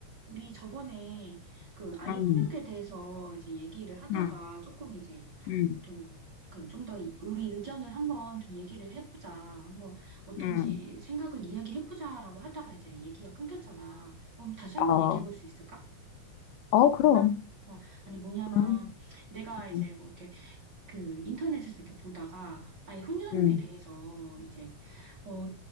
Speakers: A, on the right (about 35°); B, on the left (about 85°).
A: 우리 저번에 그 아이
B: 음,
A: 훈육에 대해서 이제 얘기를 하다가
B: 음,
A: 조금 이제
B: 음,
A: 좀 그 좀 더 우리 의견을 한번 좀 얘기를 해보자. 한번 어떤지
B: 음.
A: 생각을 이야기해보자라고 하다가 이제 얘기가 끊겼잖아. 그럼 다시 한번
B: 어,
A: 얘기해볼 수 있을까?
B: 어, 그럼.
A: 괜찮아? 어, 아니 뭐냐면
B: 음,
A: 내가 이제
B: 음,
A: 뭐 이렇게 그 인터넷에서 이렇게 보다가 아예 혼인후육에
B: 음,
A: 대해서 이제 어,